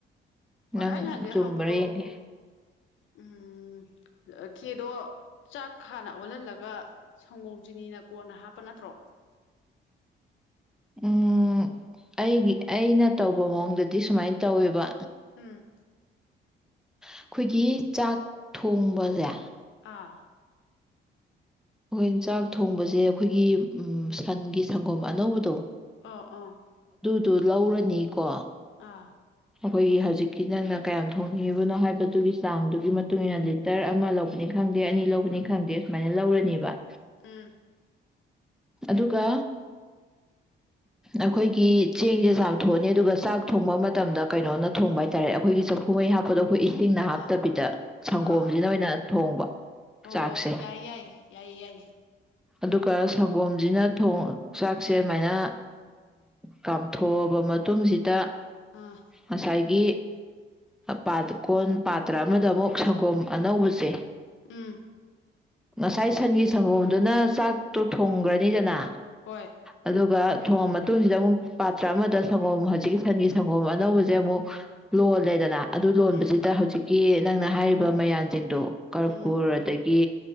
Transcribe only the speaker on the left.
ꯑꯩꯅ ꯍꯧꯖꯤꯛ
ꯍꯧꯕꯗꯣ
ꯎꯝ ꯈꯦꯔꯗꯣ ꯆꯥꯛ ꯍꯟꯅ ꯑꯣꯜꯍꯜꯂꯒ ꯁꯪꯒꯣꯝ ꯆꯤꯅꯤꯅ ꯀꯣꯟꯅ ꯍꯥꯞꯄ ꯅꯠꯇ꯭ꯔꯣ
ꯎꯝ
ꯑꯥ
ꯑꯥ ꯑꯥ
ꯑꯥ
ꯎꯝ
ꯑꯥ
ꯑꯥ ꯑꯥ
ꯑꯣ
ꯌꯥꯏꯌꯦ ꯌꯥꯏꯌꯦ ꯌꯥꯏꯌꯦ ꯌꯥꯏꯌꯦ
ꯑꯥ
ꯎꯝ
ꯍꯣꯏ
ꯎꯝ
ꯎꯝ